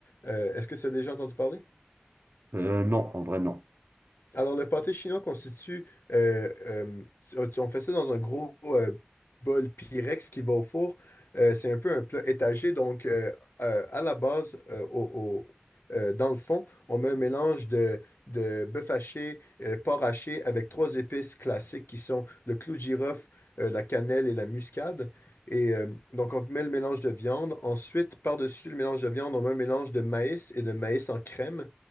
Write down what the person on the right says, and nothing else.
Euh, non, en vrai, non.